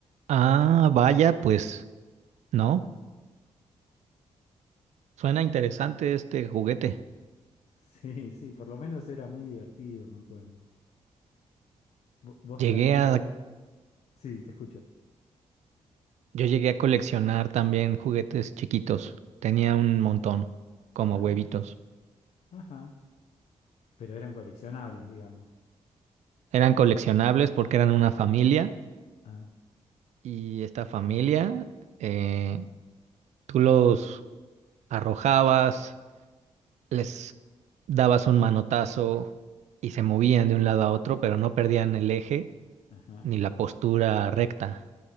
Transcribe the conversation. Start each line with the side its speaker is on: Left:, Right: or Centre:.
Right: Ah, vaya, pues, ¿no? Suena interesante este juguete.
Left: Sí, sí, por lo menos era muy divertido, me acuerdo. Vo- Vos
Right: Llegué
Left: además
Right: a,
Left: de... Sí, te escucho.
Right: yo llegué a coleccionar también juguetes chiquitos. Tenía un montón, como
Left: Ajá,
Right: huevitos.
Left: ajá. Pero eran coleccionables, digamos.
Right: Eran coleccionables porque eran una familia
Left: Ah,
Right: y esta familia, eh, tú los arrojabas les dabas un manotazo y se
Left: ah,
Right: movían de un lado a otro, pero no perdían el eje
Left: ajá.
Right: ni la postura recta.